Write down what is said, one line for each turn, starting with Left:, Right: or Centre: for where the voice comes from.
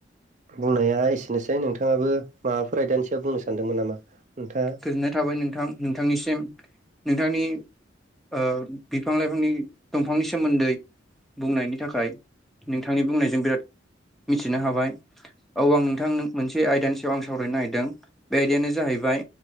Right: बुंनाया एसेनोसै नोंथाङाबो माबाफोर आयदानि सायाव बुंनो सानदोंमोन नामा? नोंथाङा
Centre: गोजोननाय थाबाय नोंथां नोंथांनिसिम। नोंथांनि ओ बिफां लाइफांनि दंफांनि सोमोन्दै बुंनायनि थाखाय नोंथांनि बुंनायजों बिराद मिथिनो हाबाय औ आं नोंथां नों मोनसे आयदानि सायाव आं सावरायनो नागिरदों बे आयदायानो जाहैबाय।